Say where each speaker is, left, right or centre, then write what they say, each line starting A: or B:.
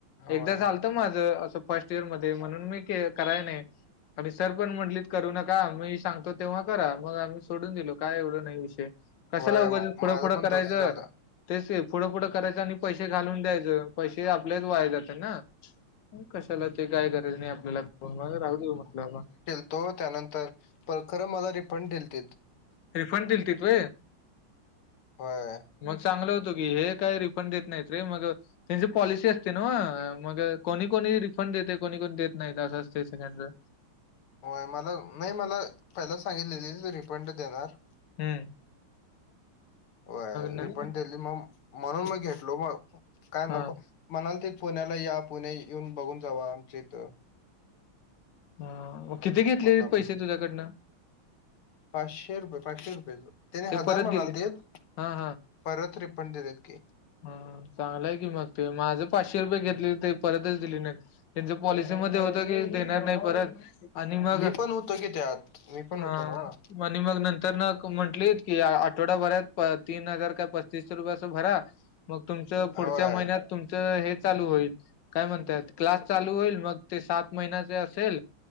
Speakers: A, on the left; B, on the left.
A: होय
B: एकदा झालं तर माझं अस फर्स्ट इयर मध्ये म्हणून मी करायला नाही. आणि सर पण म्हटलीत करू नका मी सांगतो तेव्हा करा मग आम्ही सोडून दिलो काय एवढं नाही विषय. कशाला
A: वय
B: उगं पुढ
A: माझं
B: पुढ
A: पण
B: करायचं
A: तसं झालं
B: तेच पुढं पुुढं करायचं आणि पैसे घालून द्यायचं पैसे आपलेच वाय जात ना. कशाला ते काय गरज नाही आपल्याला फो राहू दे म्हटलं बाबा.
A: तो त्यानंतर पण खरं मला रिफंड दिलतीत.
B: रिफंड दिलतेत व्हय?
A: होय
B: मग चांगलं होतो की हे काही रिफंड देत नाहीत रे मग त्यांची पॉलिसी असते नव्ह मग कोणी कोणी रिफंड देते कोणी कोणी देत नाही असं असते सगळ्यांचं.
A: होय मला नाही मला पहिला सांगितलेलीत रिफंड देणार.
B: होय.
A: होय
B: नंतर
A: रिफंड दिली म्हणून मग घेतलो मग काय
B: हां.
A: नको म्हणालतीत पुण्याला या पुणे येऊन बघून जावा आमच्या इथं.
B: हा मग किती घेतले
A: मग आम-
B: पैसे तुझ्याकडं?
A: पाचशे रुपये पाचशे रुपयाे <unintelligible> च त्यानी
B: ते
A: हजार
B: परत
A: म्हणालतीत.
B: दिले? हां,
A: परत रिफंड देतात की.
B: हा हा चांगलाय की मग ते माझं पाचशे रुपये घेतलेलीत ते परतच दिली नाहीत. त्यांच पॉलिसी मध्ये होत की देणार नाही परत. आणि मग
A: मी पण होतो की त्यात, मी पण
B: हां
A: होतो नवं.
B: मग नंतर न म्हटली की आठवडा भरात तीन हजार काय पस्तीसषे रुपये असं भरा. मग तुमचं पुढच्या
A: होय
B: महिन्यात तुमचं हे चालू होईल. काय म्हणत्यात. क्लास चालू होईल मग ते सात महिन्याचे असेल.